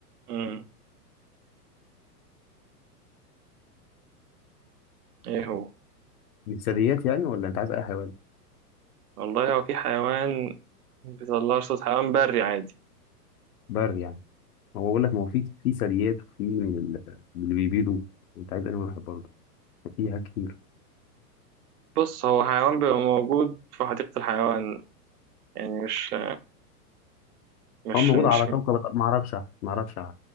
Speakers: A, on the right; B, on the left.
A: مم. إيه هو؟
B: دي ثدييات يعني ولا انت عايز اي حيوان
A: والله هو في حيوان بيطلع صوت حيوان بري عادي
B: بر يعني هو بقول لك ما هو في في ثدييات وفي من ال- من اللي بيبيضوا انت عايز انهي واحد برضه في حاجات كتير
A: بص هو حيوان بيبقى موجود في حديقة الحيوان يعني مش مش
B: هو موجود
A: مش
B: على كوكب الأرض. ما اعرفش ما اعرفش ما